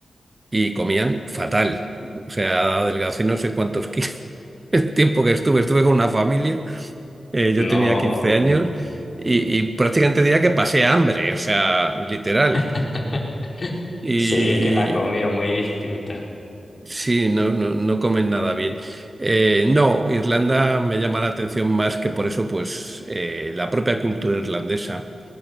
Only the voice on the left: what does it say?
no.
<laughs>
Sí, es que la comida es muy distinta.